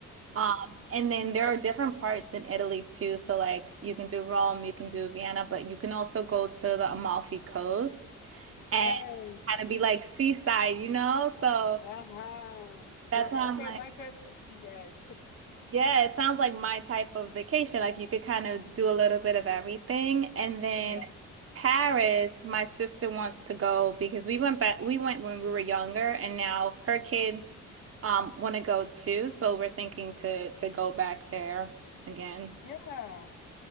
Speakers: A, on the left; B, on the right.
A: yes,
B: Um, and then there are different parts in Italy too. So like you can do Rome, you can do Vienna, but you can also go to the Amalfi Coast
A: yes.
B: and kind of be like seaside, you know? So
A: Uh-huh.
B: that's
A: Girl,
B: why I'm
A: okay,
B: like,
A: my type. Yes,
B: yeah, it sounds like my type of vacation. Like you could kind of do a little bit of everything. And then
A: yes,
B: Paris, my sister wants to go because we went back, we went when we were younger, and now her kids um want to go too. So we're thinking to to go back there again.
A: yeah.